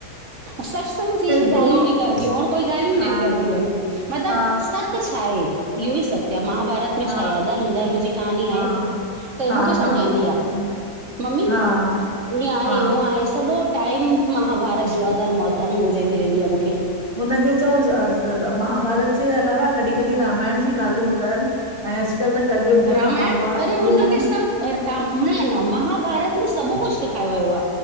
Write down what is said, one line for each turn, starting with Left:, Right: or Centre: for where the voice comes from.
Right: सत्संग जी ई
Left: जेको
Right: ॻाल्हियूं निकरदियू और कोई ॻाल्हियू ई
Left: हा
Right: न निकरदियू आहिन। मतिलब
Left: हा,
Right: सत् छा आहे, इहो ई सत्य आ महाभारत।
Left: हा,
Right: में छा आहे, धर्म धर्म जी कहानी
Left: हा,
Right: आहे, त
Left: हा,
Right: मूंखे
Left: हा,
Right: समझ
Left: हम्म,
Right: ईंदी आ। मम्मी,
Left: हा,
Right: ईअं आहे,
Left: हा,
Right: हूअं आहे, सॼो टाइम महाभारत जो आ, धर्म, अधर्म ॿुधाईंदी रहंदी आ मूंखे।
Left: हुनखे चओस महाभारत जे अलावा कॾहिं कॾहिं रामायण जी ॻाल्हि बि कर। ऐं अॼुकल्ह त कलयुग
Right: रामायण
Left: जो ज़मानो आ,
Right: अरे
Left: कलयुग
Right: हुनखे
Left: में
Right: सभु <unintelligible> न महाभारत में सभु कुझ सेखयो वयो आ,